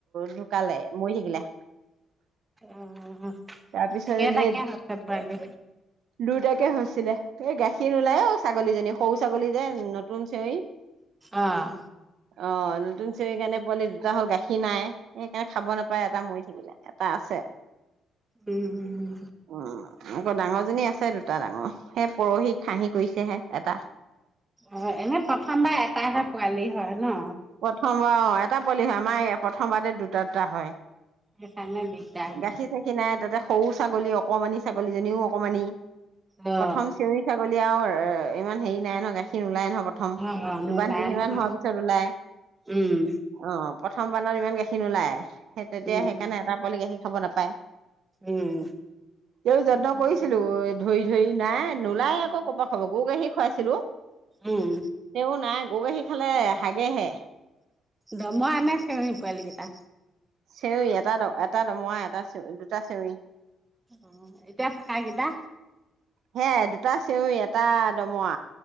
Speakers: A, on the right; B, on the right.
A: ঢুকালে মৰি থাকিলে
B: অ
A: তাৰপিছত
B: কেইটাকে
A: এনে
B: হৈছে পোৱালি?
A: লুট হৈছিলে এই গাখীৰ নোলাই অঁ ছাগলীজনী সৰু ছাগলী যে নতুন চেঞৰি
B: অঁ
A: অঁ নতুন চিৰি কাৰণে পোৱালি দুটা হ'ল গাখীৰ নাই সেইকাৰণে খাব নাপায় এটা মৰি থাকিলে এটা আছে
B: উম উম উম
A: উম আকৌ ডাঙৰজনী আছে দুটা ডাঙৰ সেই পৰহি খাহি কৰিছেহে এটা
B: অঁ এনে প্ৰথমবাৰ এটাহে পোৱালি হয় ন
A: প্ৰথম বাৰ দুটা পৱালিহে আমাৰ প্ৰথমবাৰ দুটা দুটা হয়
B: সেই কাৰণে দিকদাৰ
A: গাখীৰ চাখীৰ নাই তাতে সৰু ছাগলী অকনমানি ছাগলীজনীও অকনমানি
B: অ
A: প্ৰথম চেঞৰি ছাগলী এতিয়াও ইমান হেৰি নাই ন গাখীৰ ওলাই নহয় প্ৰথম
B: অ অ নোলাই
A: দুব তিনিবান
B: নহয়
A: হোৱাৰ পিছত ওলাই
B: উম
A: অঁ প্ৰথম বানত ইমান গাখীৰ খিন ওলাই সেই তেতিয়াে
B: উম
A: বলগীয়া সি খাব নাপায়
B: উম
A: এই যত্ন কৰিছিলো ধৰি ধৰি নাই নোলাই আকৌ গৰু গাখিৰ খুৱাইছিলো
B: উম
A: এ নাই গৰু গাখী খালে হাগেহে
B: দমই আনে চীয়ৈ পোৱালি কেইটা
A: চেউৰৰি এটা এটা দমৰা এটা চেউ দুটা চেউৰৰি
B: অঁ এতিয়া থাক কিবা
A: হে দুটা চেৰি এটা দমৰা